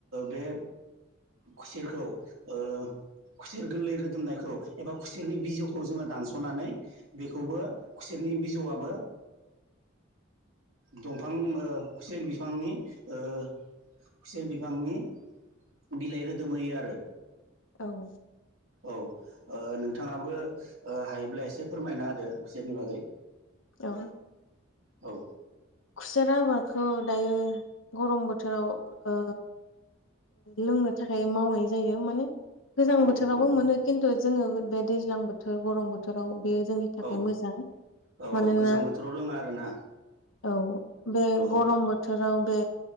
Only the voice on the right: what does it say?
बे खुसेरखौ ओ खुसेर गोरलै रोदोमनायखौ एबा खुसेरनि बिजौखौ जोङो दानस'नानै बेखौबो खुसेर नि बिजौआबो दंफां खुसेर बिफांनि खुसेर बिफांनि बिलाइ रोदोमहोयो आरो
औ नोंथाङाबो हायोब्ला एसे फोरमायना होदो खुसेरनि बागै
औ
औ
औ
औ
औ
गोजां बोथोराव रोङा आरोना
औ औ